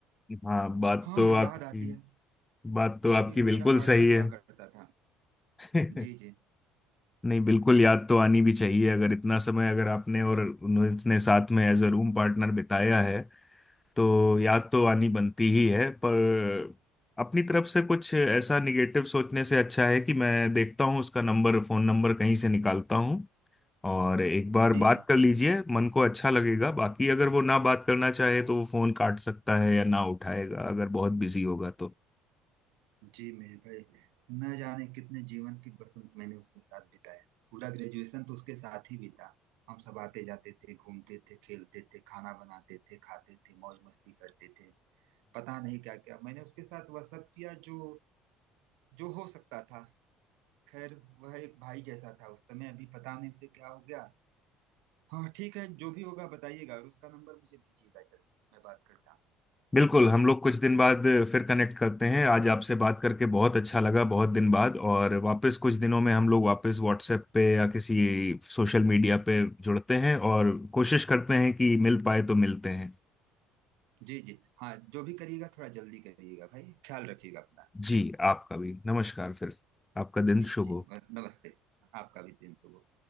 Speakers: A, on the left; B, on the right.
A: हाँ बात
B: हाँ
A: तो आपकी
B: याद आती है
A: बात तो आपकी
B: कभी वो
A: बिल्कुल
B: मेरा पार्टनर
A: सही
B: हुआ
A: है
B: करता था
A: नहीं
B: जी जी
A: बिल्कुल याद तो आनी भी चाहिए अगर इतना समय अगर आपने और उन्होंने इतने साथ में एज अ रूम पार्टनर बिताया है तो याद तो आनी बनती ही है पर अपनी तरफ से कुछ ऐसा निगेटिव सोचने से अच्छा है कि मैं देखता हूँ उसका नंबर फोन नंबर कहीं से निकालता हूँ और एक बार
B: जी
A: बात
B: जी
A: कर लीजिए मन को अच्छा लगेगा बाकी अगर वो ना बात करना चाहे तो वो फोन काट सकता है या ना उठाएगा अगर बहुत बिजी होगा तो
B: जी मेरे भाई न जाने कितने जीवन की बसंत मैंने उसके साथ बिताया पूरा ग्रेजुएशन तो उसके साथ ही बीता हम सब आते जाते थे घूमते थे खेलते थे खाना बनाते थे खाते थे मौज मस्ती करते थे पता नहीं क्या क्या मैंने उसके साथ वह सब किया जो जो हो सकता था खैर वह एक भाई जैसा था उस समय अभी पता नहीं उसे क्या हो गया हाँ ठीक है जो भी होगा बताइएगा और उसका नंबर मुझे भेजिएगा जल्दी मैं बात करता हूँ
A: बिल्कुल हम लोग कुछ दिन बाद फिर कनेक्ट करते हैं आज आपसे बात करके बहुत अच्छा लगा बहुत दिन बाद और वापस कुछ दिनों में हम लोग वापस व्हाट्सएप पे या किसी सोशल मीडिया पे जुड़ते हैं और कोशिश करते हैं कि मिल पाए तो मिलते हैं
B: जी जी हाँ जो भी करिएगा थोड़ा जल्दी करिएगा भाई ख्याल रखिएगा अपना
A: जी आपका भी नमस्कार फिर आपका दिन
B: जी
A: शुभ
B: जी
A: हो
B: नमस्ते आपका भी दिन शुभ हो